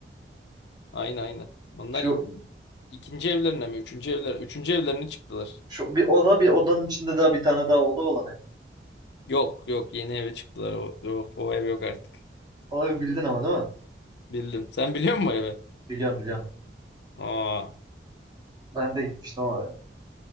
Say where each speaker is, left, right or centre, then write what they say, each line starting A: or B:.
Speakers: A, on the left (about 65°); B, on the right (about 25°).
A: Aynı aynı. Onlar
B: Şu,
A: ikinci evlerine mi? Üçüncü evlerine. Üçüncü evlerine çıktılar.
B: şu bir oda bir odanın içinde daha bir tane daha oda olan ev.
A: Yok yok yeni eve çıktılar. O, yok, o ev yok artık.
B: O evi bildin ama değil mi?
A: Bildim. Sen biliyor musun o evi?
B: Biliyorum biliyorum.
A: Aa.
B: Ben de gitmiştim oraya.